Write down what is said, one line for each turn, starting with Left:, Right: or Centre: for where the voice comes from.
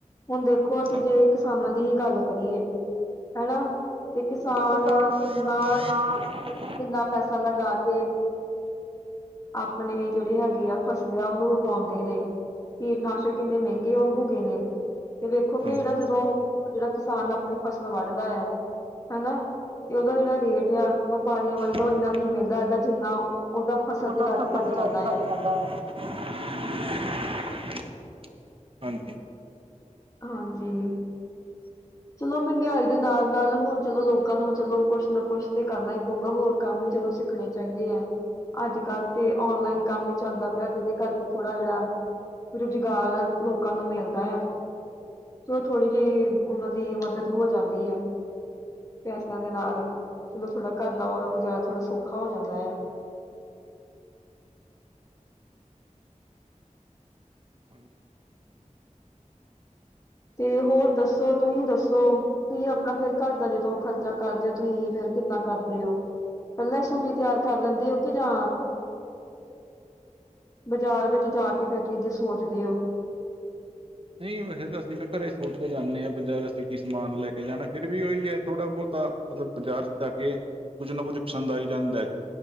Left: ਹੁਣ ਦੇਖੋ ਅਸੀਂ
Right: ਹਾਂ
Left: ਜੇ ਕਿਸਾਨਾਂ ਦੀ ਹੀ ਗੱਲ ਕਰੀਏ ਹਨਾ ਤੇ ਕਿਸਾਨ
Right: ਕਿਸਾਨ
Left: ਕਿੰਨਾ
Right: ਕਿੰਨਾ
Left: ਕਿੰਨਾ ਪੈਸਾ ਲਗਾ ਕੇ ਆਪਣੇ ਜਿਹੜੇ ਹੈਗੇ ਆ ਫਸਲ ਆ ਉਹਨੂੰ ਉਗਾਉਂਦੇ ਨੇ ਕੀਟਨਾਸ਼ਕ ਇੰਨੇ ਮਹਿੰਗੇ ਉਹ ਹੋ ਗਏ ਨੇ ਤੇ ਵੇਖੋ ਕਿ
Right: ਹਾਂਜੀ
Left: ਜਿਹੜਾ ਜਦੋਂ ਜਿਹੜਾ ਕਿਸਾਨ ਆਪਣੀ ਫਸਲ ਵੱਢਦਾ ਆ ਹਨਾ ਤੇ ਓਦਾ ਜੇੜਾ ਰੇਟ ਆ, ਵਪਾਰੀਆਂ ਇੰਨਾ
Right: ਹਾਂਜੀ
Left: ਨਹੀਂ ਮਿਲਦਾ ਹੈਗਾ, ਜਿੰਨਾ ਓਦਾ ਫਸਲ
Right: ਉਹਦਾ
Left: ਤੇ ਲੱਗ
Right: ਫਸਲ ਜਿਹੜਾ
Left: ਜਾਂਦਾ।
Right: <unintelligible> <unintelligible>
Left: ਹਾਂਜੀ ਚਲੋ, ਮਹਿੰਗਾਈ ਦੇ ਨਾਲ ਨਾਲ ਹੁਣ, ਚਲੋ ਲੋਕਾਂ ਨੂੰ, ਚਲੋ ਕੁੱਛ ਨਾ ਕੁਛ ਤੇ ਕਰਨਾ ਹੀ ਪਊਗਾ, ਹੋਰ ਕੰਮ ਵੀ ਜਦੋ ਰਖਣੇ ਚਾਹੀਦੇ ਐ, ਅੱਜ-ਕੱਲ ਤੇ ਔਨਲਾਈਨ ਕੰਮ ਹੀ ਚੱਲਦਾ ਪਿਆ, ਜਿਹਦੇ ਕਰਕੇ ਥੋੜ੍ਹਾ ਜਿਹੜਾ ਰੁਜ਼ਗਾਰ, ਲੋਕਾਂ ਨੂੰ ਮਿਲਦਾ ਆ ਤੇ ਥੋੜ੍ਹੀ ਜੀ--ਓਹਨਾਂ ਦੀ ਮਦਦ ਹੋ ਜਾਂਦੀ ਹੈ। ਪੈਸਿਆਂ ਦੇ ਨਾਲ, ਜਦੋਂ ਥੋੜਾ ਘਰ ਦਾ ਓ ਗੁਜ਼ਾਰਾ ਥੋੜਾ ਸੌਖਾ ਹੋ ਜਾਂਦਾ ਆ
Right: ਹਾਂਜੀ
Left: ਤੇ ਹੋਰ ਦੱਸੋ, ਤੁਹੀਂ ਦੱਸੋ ਤੁਹੀਂ ਆਪਣਾ ਫੇਰ ਘਰ ਦਾ ਜਦੋਂ ਖ਼ਰਚਾ ਕਰਦੇ ਹੋ, ਤੁਹੀਂ ਫੇਰ ਕਿੱਦਾਂ ਕਰਦੇ ਹੋ? ਪਹਿਲਾਂ ਹੀ ਸੂਜੀ ਤਿਆਰ ਕਰ ਲੈਂਦੇ ਹੋ, ਕਿ ਜਾਂ ਬਜ਼ਾਰ ਵਿੱਚ ਜਾ ਕੇ ਫਿਰ ਚੀਜ਼ ਸੋਚਦੇ ਹੋ?
Right: ਨਹੀਂ, ਵੈਸੇ ਤਾਂ ਅਸੀਂ ਤਾਂ ਘਰੇ ਸੋਚ ਕੇ ਜਾਂਨੇ ਆਂ ਬਜ਼ਾਰ ਅਸੀਂ ਕੀ ਸਮਾਨ ਲੈ ਕੇ ਜਾਣੈ? ਫੇਿਰ ਵੀ ਉਹੀ ਹੈ ਥੋੜ੍ਹਾ ਬਹੁਤਾ, ਮਤਲਬ ਬਾਜ਼ਾਰ ਚ ਜਾ ਕੇ ਕੁੱਝ ਨਾ ਕੁੱਝ ਪਸੰਦ ਆਈ ਜਾਂਦਾ